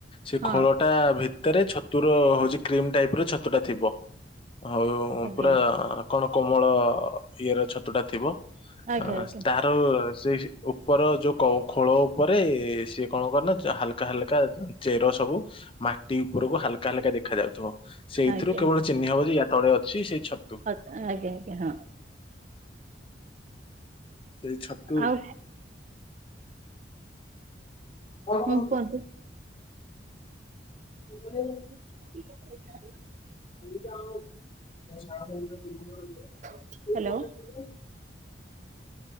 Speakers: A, on the left (about 30°); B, on the right (about 40°).
A: ସେ
B: ହଁ
A: ଖୋଳଟା ଭିତରେ ଛତୁର ହଉଛି କ୍ରିମ୍ ଟାଇପ୍ ର ଛତୁ ଟା ଥିବ। ହଉ
B: ଆଜ୍ଞା।
A: ପୁରା କଣ କୋମଳ ଇଏର ଛତୁଟା ଥିବ।
B: ଆଜ୍ଞା।
A: ହଁ
B: ଆଜ୍ଞା
A: ତାର ସେହି ଉପର ଯୋଉ କ-ଖୋଳ ଉପରେ ସିଏ କଣ କରନା ଯ- ହାଲକା ହାଲକା ଚେର ସବୁ ମାଟି ଉପରକୁ ହାଲକା ହାଲକା ଦେଖା ଯାଉଥିବ। ସେଇଥିରୁ
B: ଆଜ୍ଞା।
A: କେବଳ ଚିହ୍ନି ହବ ଯେ ୟା ତଳେ ଅଛି ସେଇ ଛତୁ।
B: ଆଜ୍ଞା, ଆଜ୍ଞା, ହଁ।
A: ସେଇ ଛତୁ
B: ଆଉ
A: ହ୍ୟାଲୋ ହଁ
B: ହୁଁ, କୁହନ୍ତୁ।
A: <inaudible>
B: <inaudible>
A: <inaudible>
B: ହ୍ୟାଲୋ।
A: <inaudible> ବୁଦ୍ଧି